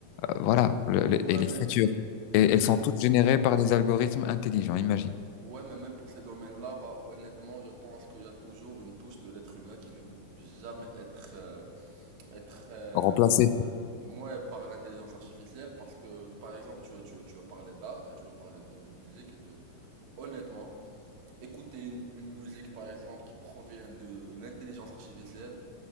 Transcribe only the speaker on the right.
Ouais,
mais Mais
même
pour,
ouais, mais même pour ces domaines-là, bah, honnêtement, je pense qu'il y a toujours une touche de l'être humain qui ne peut jamais être, euh, être euh,
moi, par l'intelligence artificielle, parce que, par exemple, tu as, tu, as- tu as parlé d'art et tu as parlé de, de musique et de... Honnêtement, écouter une, une musique, par exemple, qui provient de l'intelligence artificielle,